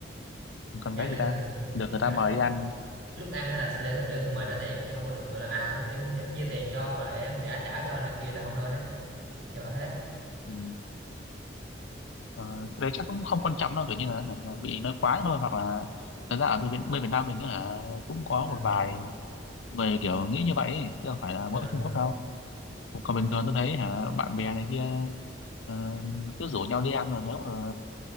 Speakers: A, on the left; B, on the right.
A: còn
B: đi
A: cái
B: ăn để
A: gì
B: người
A: ta được
B: lúc
A: người ta
B: mà
A: mời
B: lúc
A: đi ăn
B: lúc ăn á là sẽ để để người mời trả tiền chứ không có được gọi là à em em chia tiền cho hoặc là em đã trả cho này kia là không nên đấy người bảo thế
A: ừ, ờ, cái đấy chắc cũng không quan trọng đâu kiểu như là hả, bị nói quá thôi hoặc là thật ra ở bên, bên Việt Nam mình á hả, cũng có
B: ừ.
A: một vài người kiểu nghĩ như vậy ấy, chứ không phải là
B: Ừ.
A: mỗi Trung Quốc đâu còn còn bình thường tôi thấy hả bạn bè này kia ờ, cứ rủ nhau đi ăn rồi nếu mà